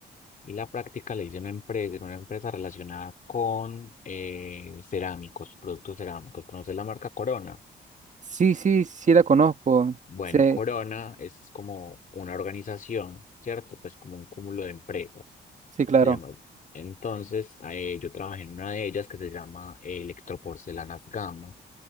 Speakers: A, on the left; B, on the right.
A: Y la práctica la hice en una empresa, en una empresa relacionada con eh, cerámicos, productos cerámicos. ¿Conoces la marca Corona?
B: Sí, sí, sí la conozco,
A: Bueno,
B: sí,
A: Corona es como una organización, ¿cierto? Pues como un cúmulo de empresas,
B: sí, claro.
A: se llama. Entonces, eh, yo trabajé en una de ellas que se llama Electroporcelanas Gama,